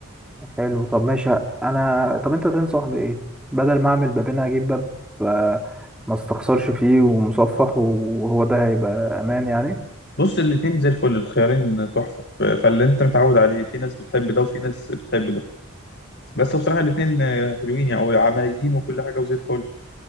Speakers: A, in the centre; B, on the left.
A: حلو طب ماشي انا طب انت تنصح بايه بدل ما اعمل بابين هجيب باب آه، ما استخسرش فيه ومصفح وهو ده هيبقى امان يعني
B: بص الاتنين زي الفل الخيارين تحفه ف- فاللي انت متعود عليه في ناس بتحب ده وفي ناس بتحب ده بس بصراحه الاتنين آه، حلوين يعني وعمليين وكل حاجه وزي الفل